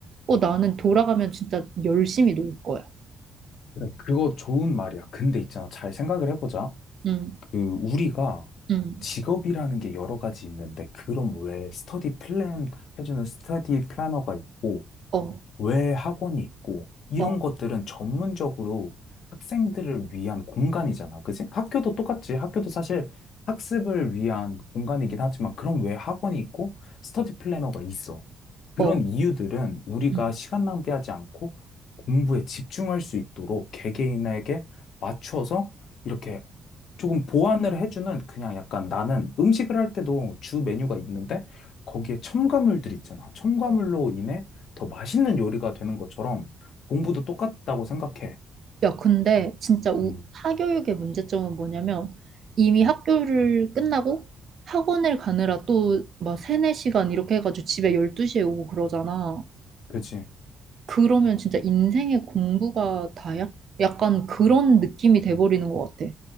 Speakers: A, on the right; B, on the left.
A: 어, 나는 돌아가면 진짜 열심히 놀 거야.
B: 그래. 그거 좋은 말이야. 근데 있잖아. 잘 생각을 해보자.
A: 응,
B: 그, 우리가
A: 응,
B: 직업이라는 게 여러 가지 있는데, 그럼 왜 스터디 플랜 해주는 스터디 플래너가 있고,
A: 어,
B: 왜 학원이 있고, 이런
A: 어,
B: 것들은 전문적으로 학생들을 위한 공간이잖아. 그지? 학교도 똑같지. 학교도 사실 학습을 위한 공간이긴 하지만, 그럼 왜 학원이 있고, 스터디 플래너가 있어? 그런
A: 어,
B: 이유들은 우리가
A: 응,
B: 시간 낭비하지 않고 공부에 집중할 수 있도록 개개인에게 맞춰서 이렇게 조금 보완을 해주는 그냥 약간 나는 음식을 할 때도 주 메뉴가 있는데 거기에 첨가물들 있잖아. 첨가물로
A: 어.
B: 인해 더 맛있는 요리가 되는 것처럼 공부도 똑같다고 생각해.
A: 야, 근데 진짜 우,
B: 음,
A: 사교육의 문제점은 뭐냐면 이미
B: 음,
A: 학교를 끝나고 학원을 가느라 또 막 세네 시간 이렇게 해가지고 집에 12시에 오고 그러잖아.
B: 그치?
A: 그러면 진짜 인생의 공부가 다야? 약간 그런 느낌이 돼버리는 것 같아.